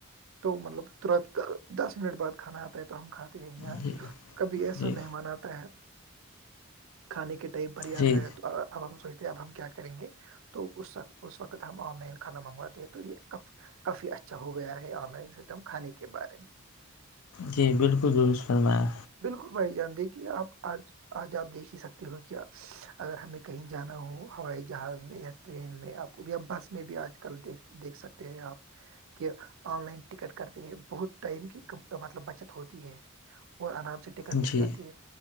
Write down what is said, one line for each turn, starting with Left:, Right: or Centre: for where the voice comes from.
Right: تو مطلب ترت دس منٹ بعد کھانا آتا ہے تو ہم کھاتے ہیں یہاں
Left: جی
Right: کبھی ایسا
Left: جی
Right: مہمان آتا کھانے کے ٹائم پر ہی آتا
Left: جی
Right: ہے تو اب ہم سوچتے ہیں اب ہم کیا کریں گے تو اس اس وقت ہم آن لائن کھانا منگواتے ہیں تو یہ کافی اچھا ہو گیا ہے آن لائن سسٹم کھانے کے بارے میں
Left: جی بالکل رس فرمایا
Right: بالکل بھائی جان دیکھیے آپ آج آج آپ دیکھ ہی سکتے ہو کیا اگر ہمیں کہیں جانا ہو ہوائی جہاز میں یا ٹرین میں آپ کو بھی بس میں بھی آج کل دیک دیکھ سکتے ہیں آپ کہ آن لائن ٹکٹ کرتے ہیں بہت ٹائم کی مطلب بچت ہوتی ہے اور آرام سے ٹکٹ مل
Left: جی
Right: جاتی ہے